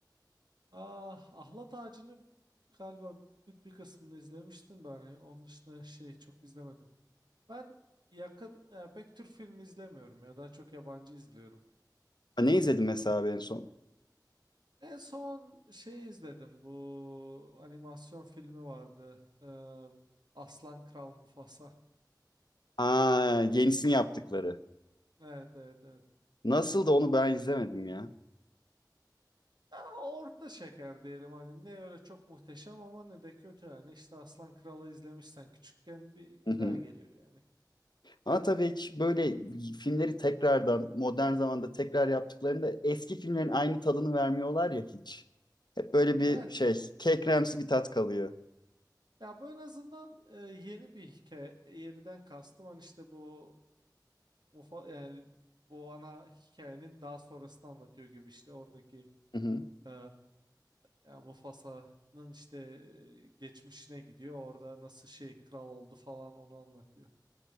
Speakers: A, on the right; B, on the left.
A: Ah, Ahlat Ağacı'nı galiba bir, bir kısmını izlemiştim ben. Yani Onun dışında şey çok izlemedim. Ben yakın e, pek Türk filmi izlemiyorum ya daha çok yabancı izliyorum.
B: Ne izledim mesela abi en son?
A: En son şey izledim bu animasyon filmi vardı. Ee, Aslan Kral Mufasa.
B: Aa, yenisini yaptıkları.
A: Evet evet evet.
B: Nasıl da onu ben izlemedim ya.
A: Ya orta şeker diyelim hani ne öyle çok muhteşem ama ne de kötü yani işte Aslan Kralı izlemişsen küçükken bir
B: Hı
A: güzel
B: hı.
A: geliyor yani.
B: Ama tabii hiç böyle filmleri tekrardan modern zamanda tekrar yaptıklarında eski filmlerin aynı tadını vermiyorlar ya hiç. Hep böyle bir
A: Evet
B: şey kekremsi bir tat kalıyor.
A: ya bu en azından e, yeni bir hikaye e, yeniden kastım hani işte bu mufa yani bu ana hikayenin daha sonrasını anlatıyor gibi işte oradaki
B: Hı hı.
A: e, ya Mufasa'nın işte e, geçmişine gidiyor orada nasıl şey kral oldu falan onu anlatıyor.